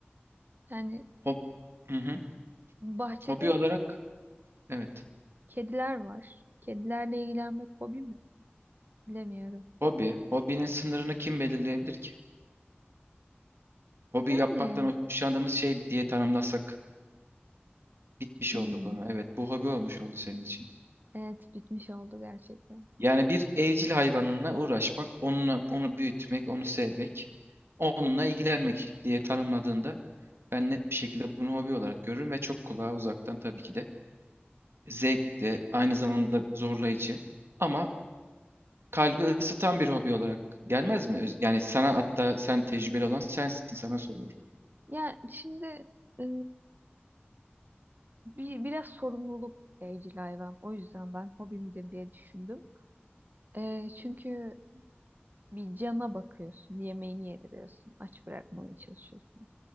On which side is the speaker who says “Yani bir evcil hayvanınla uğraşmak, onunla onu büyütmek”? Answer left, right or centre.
Right